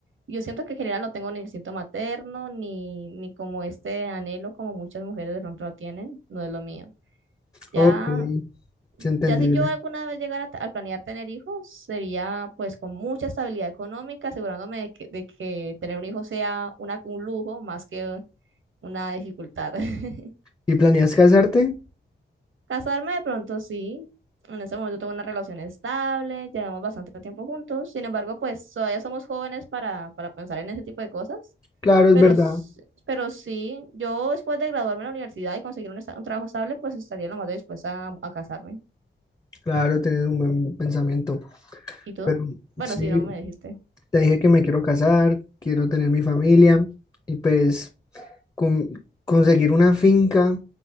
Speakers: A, on the right (about 80°); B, on the left (about 15°).
A: Yo siento que en general no tengo ni instinto materno, ni, ni como este anhelo como muchas mujeres de pronto lo tienen, no es lo mío. Ya,
B: Ok, es entendible.
A: ya si yo alguna vez llegara a, t- a planear tener hijos, sería pues con mucha estabilidad económica, asegurándome de que, de que tener un hijo sea una, un lujo más que una dificultad. <laughs>
B: ¿Y planeas casarte?
A: Casarme de pronto sí. En ese momento tengo una relación estable, llevamos bastante tiempo juntos. Sin embargo, pues todavía somos jóvenes para, para pensar en ese tipo de cosas.
B: Claro, es
A: Pero,
B: verdad.
A: s- pero sí, yo después de graduarme en la universidad y conseguir un, esta- un trabajo estable, pues estaría lo más dispuesta a, a casarme.
B: Claro, tienes un buen pensamiento.
A: ¿Y tú?
B: Pero
A: Bueno,
B: sí,
A: sí, no me dijiste.
B: te dije que me quiero casar, quiero tener mi familia y pues con- conseguir una finca